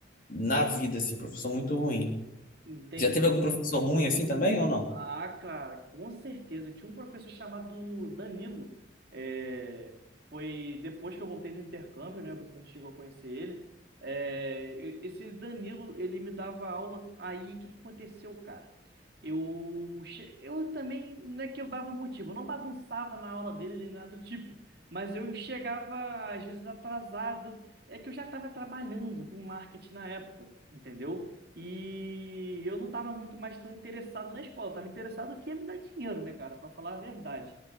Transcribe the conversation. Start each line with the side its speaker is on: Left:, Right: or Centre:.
Left: na vida, assim, professor muito ruim.
Right: entendi.
Left: Já teve algum professor ruim assim também ou não?
Right: Ah, cara, com certeza. Tinha um professor chamado Danilo. É, foi depois que eu voltei do intercâmbio, né? Você não chegou a conhecer ele. É, e- esse Danilo, ele me dava aula. Aí, o que que aconteceu, cara? Eu, che- eu também, não é que eu dava motivo, eu não bagunçava na aula dele, nem nada do tipo. Mas eu chegava, às vezes, atrasado. É que eu já estava trabalhando com marketing na época, entendeu? E eu não estava muito mais tão interessado na escola, estava interessado que ia me dar dinheiro, né, cara, para falar a verdade.